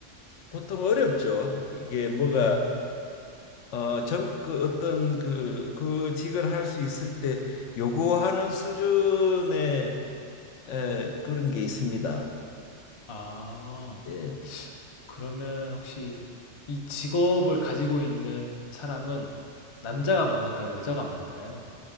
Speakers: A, on the left; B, on the left.
A: 보통 어렵죠. 이게 뭐가
B: 음.
A: 어, 정, 그 어떤 그, 그 직을 할 수 있을 때 요구하는 수준의 에, 그런 게 있습니다.
B: 아.
A: 예.
B: 그러면 혹시 이 직업을 가지고 있는 사람은 남자가 많을까요? 여자가 많을까요?